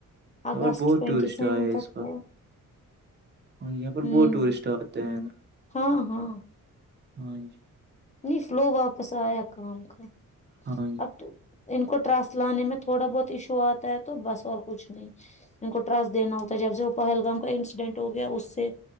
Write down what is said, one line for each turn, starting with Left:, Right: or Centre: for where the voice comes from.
Right: یہاں
Left: اگست
Right: پر بہت
Left: ٹوینٹی
Right: ٹورسٹ
Left: سیون
Right: آئے ہیں اس
Left: تک
Right: وقت
Left: ہے
Right: ہاں جی یہاں پر
Left: ہ
Right: بہت ٹورسٹ آتے ہیں نا۔
Left: ہاں ہاں
Right: ہاں جی <unintelligible>
Left: نہیں فلو واپس آیا کام کا
Right: ہاں جی
Left: اب
Right: <unintelligible>
Left: ان کو ٹرسٹ لانے میں تھوڑا بہت ایشو آتا ہے تو بس اور کچھ نہیں ان کو ٹرسٹ دینا ہوتا ہے جب سے وہ پہلگام کا انسیڈینٹ ہو گیا اس سے